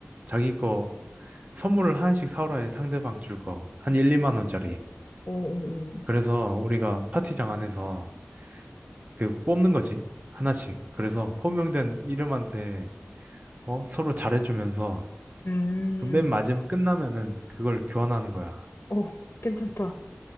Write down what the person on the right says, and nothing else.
자기 거 선물을 하나씩 사오라 해 상대방 줄 거. 한 1, 2만 원짜리.
그래서 우리가 파티장 안에서 그 뽑는 거지. 하나씩. 그래서 호명된
이름한테 어, 서로 잘해주면서
그 맨 마지막 끝나면은 그걸 교환하는 거야.